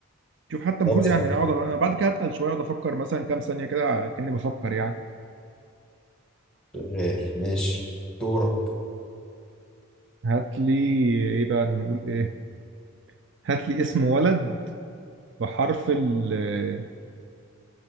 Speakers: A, on the right; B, in the centre.
A: شوف حتى المفروض
B: لا بصراحة
A: يعني اقعد انا بعد كده هتقل شويه اقعد افكر مثلا كام ثانيه كده كاني بفكر يعني
B: شغال ماشي دورك
A: هات لي ايه بقى نقول ايه هات لي اسم ولد بحرف ال آه،